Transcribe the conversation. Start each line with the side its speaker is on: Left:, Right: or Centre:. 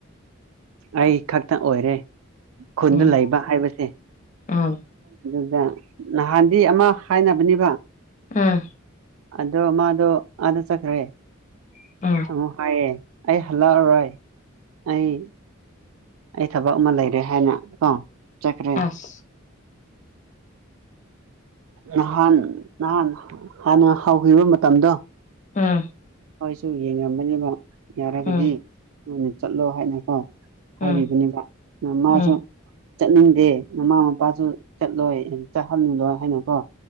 Right: ꯑꯩ ꯈꯛꯇ ꯑꯣꯏꯔꯦ ꯈꯨꯟꯗ
Left: ꯎꯝ
Right: ꯂꯩꯕ ꯍꯥꯏꯕꯁꯦ
Left: ꯎꯝ
Right: ꯑꯗꯨꯗ ꯅꯍꯥꯟꯗꯤ ꯑꯃ ꯍꯥꯏꯅꯕꯅꯦꯕ
Left: ꯎꯝ
Right: ꯑꯗꯣ ꯃꯥꯗꫭ ꯑꯗꯥ ꯆꯠꯈꯔꯦ꯫
Left: <unintelligible>
Right: ꯎ ꯍꯥꯏꯌꯦ ꯑꯩ ꯍꯜꯂꯛ ꯑꯔꯣꯏ ꯑꯩ꯫ ꯑꯩ ꯊꯕꯛ ꯑꯃ ꯂꯩꯔꯦ ꯍꯥꯏꯅ ꯀꯣ ꯆꯠꯈ꯭ꯔꯦ꯫
Left: <unintelligible>
Right: ꯅꯍꯥꯟ ꯅꯍꯥꯟ ꯍꯥꯟꯅ ꯍꯧꯈꯤꯕ ꯃꯇꯝꯗꯣ꯫
Left: ꯎꯝ
Right: ꯍꫭꯏꯁꯨ ꯌꯦꯡꯉꯝꯕꯅꯦꯕ ꯌꯥꯔꯒꯗꯤ
Left: ꯎꯝ
Right: ꯅꯣꯏꯅ ꯆꯠꯂꯣ ꯍꯥꯏꯅꯀꯣ ꯍꯥꯏꯕꯤꯕꯅꯦꯕ
Left: ꯎꯝ
Right: ꯃꯥꯁꯨ
Left: ꯎꯝ
Right: ꯆꯠꯅꯤꯡꯗꯦ ꯃꯃꯥ ꯃꯄꯥꯁꯨ ꯆꯠꯂꯣꯏ ꯆꯠꯍꯜꯂꯨꯂꫭ ꯍꯥꯏꯅꯀꯣ